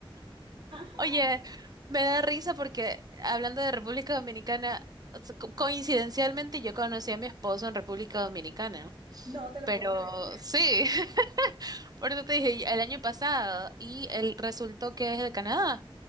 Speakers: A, on the right; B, on the right.
A: Ajá,
B: Oye, me da risa porque hablando de República Dominicana, o sea, co- coincidencialmente yo conocí a mi esposo en República Dominicana,
A: no te lo
B: pero
A: puedo creer.
B: sí, <laughs> por eso te dije el año pasado y él resultó que es de Canadá.